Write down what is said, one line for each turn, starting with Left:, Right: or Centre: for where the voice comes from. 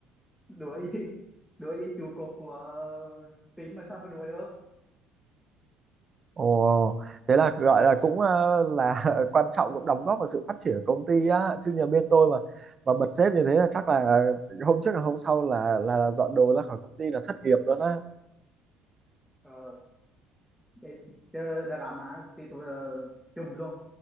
Centre: đuổi <laughs> đuổi với trụ cột của team mà sao mà đuổi được
Right: Ồ, thế là gọi là cũng ờ, là <laughs> quan trọng cũng đóng góp vào sự phát triển của công ty á chứ nhà bên tôi mà mà bật sếp như thế là chắc là ờ, hôm trước là hôm sau là là dọn đồ ra khỏi công ty là thất nghiệp luôn á
Centre: ờ để chơi drama công ty tôi ờ, trùm luôn